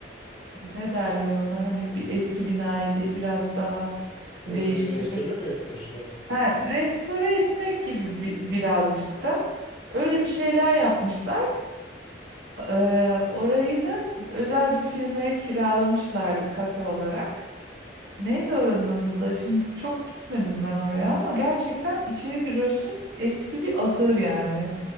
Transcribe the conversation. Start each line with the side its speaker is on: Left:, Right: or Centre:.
Right: ne derler ona hani bir eski binayı de- biraz daha
Left: Ee,
Right: değiştirip
Left: restore mi etmişler?
Right: ha, restore etmek gibi bi- birazcık da öyle bir şeyler yapmışlar. Ee, orayı da özel bir firmaya kiralamışlardı kafe olarak. Neydi oranın adı da? Şimdi çok gitmedim ben oraya ama gerçekten içeri giriyorsun eski bir ahır yani.